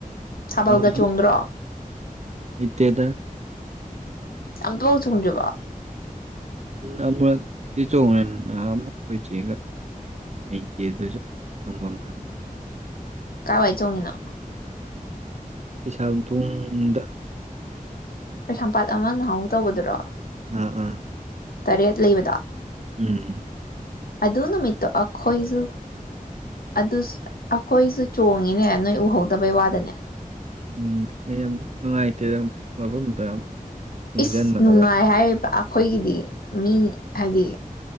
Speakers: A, on the left (about 85°); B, on the right (about 50°).
A: ꯊꯥꯕꯜꯒ
B: <unintelligible>
A: ꯆꯣꯡꯗ꯭ꯔꯣ
B: ꯏꯇꯦꯗ
A: ꯑꯝꯇꯥꯐꯧ ꯆꯣꯛꯗ꯭ꯔꯤꯕꯣ
B: ꯑꯃꯨꯨꯔꯛꯇꯤ ꯆꯣꯡꯉꯦ ꯅꯍꯥꯟ ꯑꯃꯨꯛ ꯑꯩꯈꯣꯏ ꯆꯦꯒ ꯍꯩꯇꯦ ꯑꯗꯨꯁꯨ ꯆꯨꯝꯐꯝ ꯈꯪꯗꯦ
A: ꯀꯋꯥꯏ ꯆꯣꯡꯉꯤꯅꯣ
B: ꯀꯩꯁꯥꯝꯊꯣꯡꯗ
A: ꯀꯩꯁꯥꯝꯄꯥꯠ ꯑꯃ ꯅꯍꯥꯟꯃꯨꯛ ꯇꯧꯕꯗꯨꯔꯣ
B: ꯎꯝ ꯎꯝ
A: ꯇꯔꯦꯠ ꯂꯩꯕꯗꯣ
B: ꯎꯝ
A: ꯑꯗꯨ ꯅꯨꯃꯤꯠꯇꯣ ꯑꯩꯈꯣꯏꯁꯨ ꯑꯗꯨ ꯑꯩꯈꯣꯏꯁꯨ ꯆꯣꯡꯉꯤꯅꯦ ꯅꯣꯏ ꯎꯍꯧꯗꯕꯩ ꯋꯥꯗꯅꯦ
B: ꯎꯝ ꯑꯩ ꯌꯥꯝ ꯅꯨꯡꯉꯥꯏꯇꯦ ꯌꯥꯝ ꯃꯐꯝꯗꯨ ꯌꯥꯝ ꯀꯨꯡꯖꯟꯅꯔꯒ
A: ꯏꯁ ꯅꯨꯡꯉꯥꯏ ꯍꯥꯏꯔꯤꯕ ꯑꯩꯈꯣꯏꯒꯤꯗꯤ ꯃꯤ ꯍꯥꯏꯗꯤ